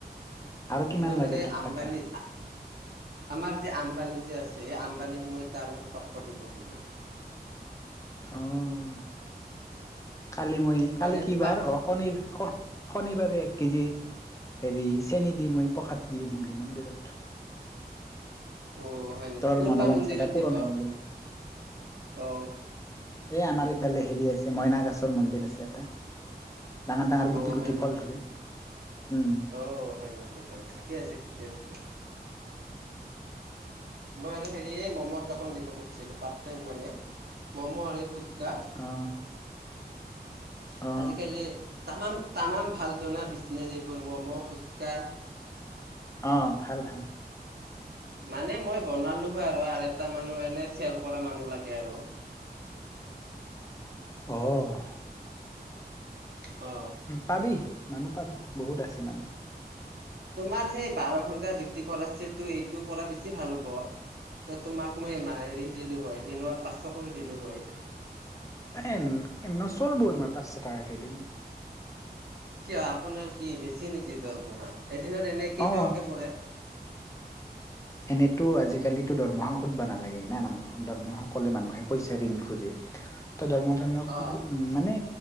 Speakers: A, on the left; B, on the right.
A: আৰু কিমান
B: মই মানে
A: লাগে তোক
B: আম্বানী
A: টাকা?
B: আমাৰ যে আম্বানি যে আছে এই আম্বানীক মই তাৰ লগত টক্কৰ দিব খোজোঁ।
A: অঁ' কালি মই
B: মানে
A: কালি কি
B: পাত
A: বাৰ অ' শনি হ শনিবাৰে এক কেজি হেৰি চেনি দি মই প্ৰসাদ দি আহিম মন্দিৰত।
B: অ' হয় নেকি?
A: তোৰ
B: কোনবা
A: মনোবাঞ্ছা
B: মন্দিৰত
A: এটা পূৰণ
B: দিব?
A: হওক বুলি
B: অ!
A: এই আমাৰ ইফালে হেৰি আছে মইনা গাছৰ মন্দিৰ আছে এটা। ডাঙৰ ডাঙৰ গুটি
B: অ'
A: গুটি
B: হয় নেকি?
A: ফল ধৰে উম
B: অ' হয় নেকি হয় ঠিকে ঠিকে আছে। মই আৰু হেৰি এই ম'ম'ৰ দোকান দিব খুজিছিলোঁ পাৰ্ট টাইম মানে, ম'ম' আৰু এই ফুচকা।
A: অ
B: <inaudible>
A: অ
B: আজিকালি তামাম তামাম ভাল টো না বিজনেছ এইবোৰ ম'ম' ফুচকা।
A: অঁ ভাল ভাল।
B: মানে মই বনালোঁ হয় আৰু, আৰু এটা মানুহ এনেই চেল কৰা মানুহ লাগে আৰু।
A: অহ।
B: অঁ।
A: পাবি মানুহ পাবি বহুত আছে মানুহ।
B: তোমাৰ সেই বাৰ ঘণ্টা ডিউটি কৰাছেটো এইটো কৰা বেছি ভাল হ'ব। ত' তোমাক মই হেৰি দিলোঁ হয় দিনত পাঁচশ কৰি দিলোঁ হয়।
A: এ নচলব ইমান পাঁচশ টকাকে দিনত।
B: কিয় আপোনাৰ কি বেছি নেকি দৰমহা? এদিনত এনেই কেই
A: অ
B: টাকাকে পৰে?
A: এনেতো আজিকালিতো দৰমহা সুধবা নালাগে না মানুহক, দৰমহা ক'লে মানুহে পইচা ঋণ খোজে। ত দৰমহা চৰমহা খুজে
B: অঁ
A: উম, মানে